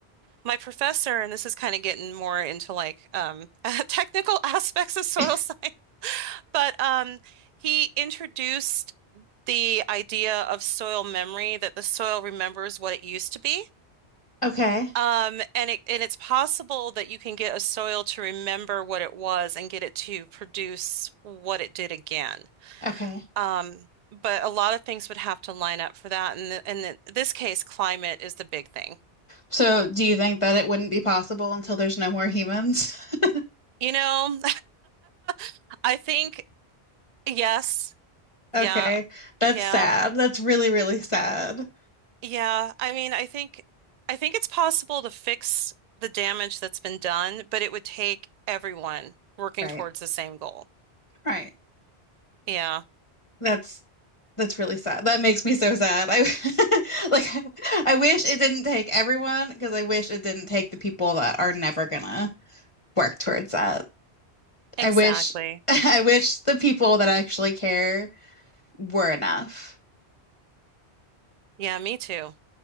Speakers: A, on the right; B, on the left.
A: my professor, and this is kind of getting more into like um <laughs> technical aspects of soil
B: <laughs>
A: science, but um he introduced the idea of soil memory, that the soil remembers what it used to be.
B: Okay.
A: Um, and it and it's possible that you can get a soil to remember what it was and get it to produce what it did again.
B: Okay.
A: Um, but a lot of things would have to line up for that. And the, and in this case, climate is the big thing.
B: So do you think that it wouldn't be possible until there's no more humans? <laughs>
A: You know, <laughs> I think yes, yeah,
B: Okay. That's
A: yeah.
B: sad. That's really, really sad.
A: Yeah, I mean, I think I think it's possible to fix the damage that's been done, but it would take everyone working
B: Right.
A: towards the same goal.
B: Right.
A: Yeah,
B: That's that's really sad. That makes me so sad. I <laughs> like I wish it didn't take everyone because I wish it didn't take the people that are never gonna work towards that.
A: exactly.
B: I wish <laughs> I wish the people that actually care were enough.
A: Yeah, me too.